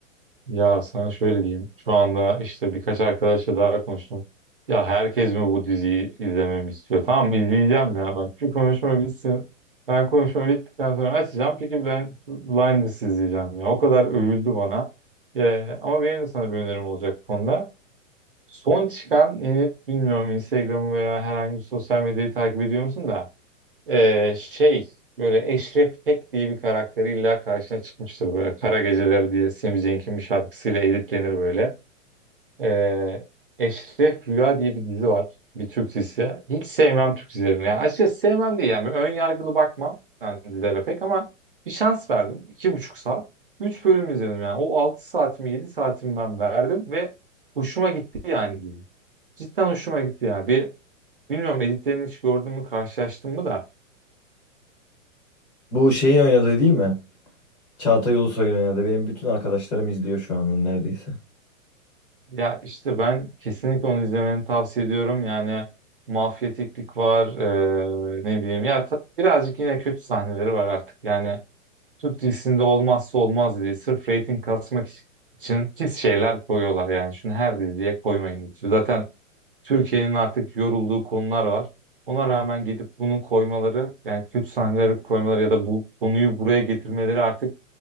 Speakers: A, on the right; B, on the left.
A: Ya sana şöyle diyeyim. Şu anda işte birkaç arkadaşla daha konuştum. Ya herkes mi bu diziyi izlememi istiyor? Tamam izleyeceğim ya. Bak şu konuşma bitsin. Ben konuşma bittikten sonra açacağım. Peki ben Blinders izleyeceğim ya. O kadar övüldü bana. Ya, ama benim de sana bir önerim olacak bu konuda. Son çıkan yeni bilmiyorum Instagram'ı veya herhangi bir sosyal medyayı takip ediyor musun da ee, şey böyle Eşref Tek diye bir karakter illa karşına çıkmıştır böyle Kara Geceler diye Sami Cenk'in bir şarkısıyla editlenir böyle. Ee, Eşref Rüya diye bir dizi var. Bir Türk dizisi. Hiç sevmem Türk dizilerini. Yani açıkçası sevmem değil yani. Ön yargılı bakmam ben dizilere pek ama bir şans verdim. İki buçuk saat. Üç bölüm izledim yani. O altı saatimi yedi saatimi ben verdim ve hoşuma gitti yani diyeyim. Cidden hoşuma gitti yani. Bir, bilmiyorum editlerini hiç gördün mü karşılaştın mı da
B: Bu şeyin oynadığı değil mi? Çağatay Ulusoy'un oynadığı. Benim bütün arkadaşlarım izliyor şu an neredeyse.
A: Ya işte ben kesinlikle onu izlemeni tavsiye ediyorum. Yani mafyatiklik var, eee, ne bileyim. Ya ta- birazcık yine kötü sahneleri var artık. Yani Türk dizisinde olmazsa olmaz diye sırf reyting kasmak iç- için pis şeyler koyuyorlar yani. Şunu her diziye koymayın diyor. Zaten Türkiye'nin artık yorulduğu konular var. Ona rağmen gidip bunu koymaları, yani kötü sahneleri koymaları ya da bu konuyu buraya getirmeleri artık